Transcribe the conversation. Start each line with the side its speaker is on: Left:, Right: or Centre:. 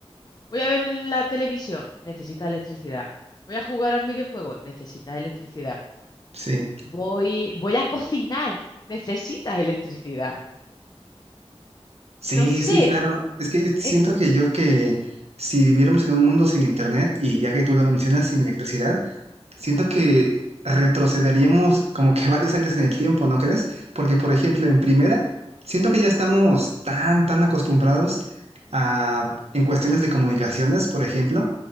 Left: voy a ver un- la televisión, necesitas electricidad. Voy a jugar a un videojuego, necesitas electricidad.
Right: Sí.
Left: Voy, voy a cocinar, necesitas electricidad.
Right: Sí,
Left: No sé.
Right: sí, claro. Es que yo siento
Left: es-
Right: que yo que si viviéramos en un mundo sin internet y ya que tú lo mencionas, sin electricidad, siento que retrocederíamos como que <laughs> varios años en el tiempo, ¿no crees? Porque, por ejemplo, en primera, siento que ya estamos tan, tan acostumbrados a, en cuestiones de comunicaciones, por ejemplo,